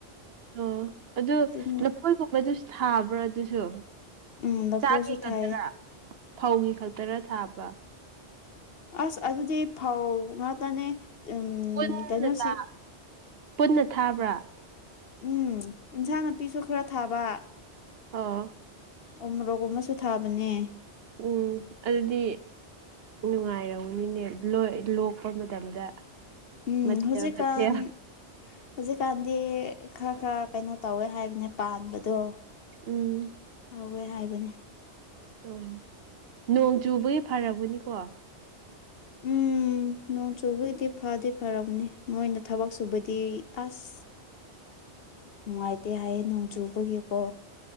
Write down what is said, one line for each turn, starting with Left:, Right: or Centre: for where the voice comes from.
Right: ꯑꯣ ꯑꯗꯨ
Left: ꯇꯤꯟ
Right: ꯂꯐꯣꯏꯒꯨꯝꯕꯗꯨꯁꯨ ꯊꯥꯕ꯭ꯔꯥ ꯑꯗꯨꯁꯨ
Left: ꯎꯝ ꯂꯐꯣꯏꯁꯨ
Right: ꯆꯥꯛꯀꯤ ꯈꯛꯇꯔꯥ
Left: ꯊꯥꯏꯌꯦ
Right: ꯐꯧꯒꯤ ꯈꯛꯇꯔꯥ ꯊꯥꯕ
Left: ꯑꯁ ꯑꯗꯨꯗꯤ ꯐꯥꯎ ꯉꯥꯛꯇꯅꯦ ꯎꯝ
Right: ꯄꯨꯟꯅ
Left: ꯀꯩꯅꯣꯁꯤ
Right: ꯊꯥ ꯄꯨꯟꯅ ꯊꯥꯕ꯭ꯔꯥ
Left: ꯎꯝ ꯏꯟꯁꯥꯡ ꯅꯥꯄꯤꯁꯨ ꯈꯔ ꯊꯥꯕ
Right: ꯑꯥ
Left: ꯎꯔꯣꯛꯒꯨꯝ ꯑꯃꯁꯨ ꯊꯥꯕꯅꯦ
Right: ꯎꯝ ꯑꯗꯨꯗꯤ ꯅꯨꯡꯉꯥꯏꯔꯝ ꯅꯦ ꯂꯣꯛꯄ ꯃꯇꯝꯗ
Left: ꯎꯝ
Right: ꯃꯊꯦꯜ
Left: ꯍꯧꯖꯤꯛꯀꯥꯟ
Right: ꯃꯊꯦꯜ
Left: ꯍꯧꯖꯤꯛꯀꯥꯟꯗꯤ ꯈꯔ ꯈꯔ ꯀꯩꯅꯣ ꯇꯧꯋꯦ ꯍꯥꯏꯕꯅꯦ ꯄꯥꯟꯕꯗꯣ
Right: ꯎꯝ
Left: ꯇꯧꯋꯦ ꯍꯥꯏꯕꯅꯦ
Right: ꯑꯣ ꯅꯣꯡ ꯆꯨꯕꯒꯤ ꯐꯔꯕꯅꯤꯀꯣ
Left: ꯎꯝ ꯎꯝ ꯅꯣꯡ ꯆꯨꯕꯒꯤꯗꯤ ꯐꯗꯤ ꯐꯔꯕꯅꯤ ꯃꯣꯏꯅ ꯊꯕꯛ ꯁꯨꯕꯗꯤ ꯑꯁ ꯅꯨꯡꯉꯥꯏꯇꯦ ꯍꯥꯏꯌꯦ ꯅꯣꯡ ꯆꯨꯕꯒꯤꯀꯣ